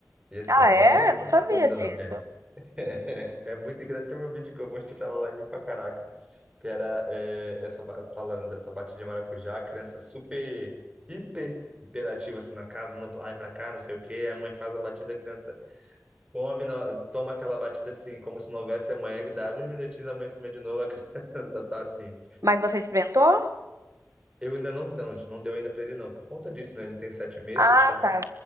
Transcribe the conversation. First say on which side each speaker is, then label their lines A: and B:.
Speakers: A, on the right; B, on the right.
A: E assim,
B: Ah,
A: é
B: é?
A: um doce,
B: Eu não sabia
A: querendo
B: disso.
A: ou não. É, <laughs> é, é muito engraçado. Tem um vídeo que eu mostrei pra ela, ela riu pra caraca. Que era é, essa, ba- falando dessa batida de maracujá, a criança super, hiper hiperativa assim na casa, andando pra lá e pra cá, não sei o quê. A mãe faz a batida, a criança come, no- toma aquela batida assim, como se não houvesse amanhã, e dá uns minutinhos, a mãe filma de novo, a <laughs> criança tá assim.
B: Mas você experimentou?
A: Eu ainda não, não, a gente não deu ainda para ele não, por conta disso, né? Ele tem sete meses,
B: Ah,
A: a gente está com
B: tá.